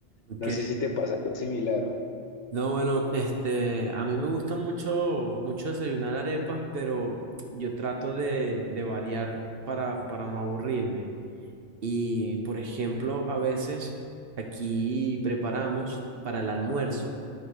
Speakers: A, on the right; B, on the left.
A: Ok.
B: No sé si te pasa algo similar.
A: No, bueno, este, a mí me gusta mucho, mucho desayunar arepas, pero yo trato de, de variar para, para no aburrirme. Y, por ejemplo, a veces aquí preparamos para el almuerzo,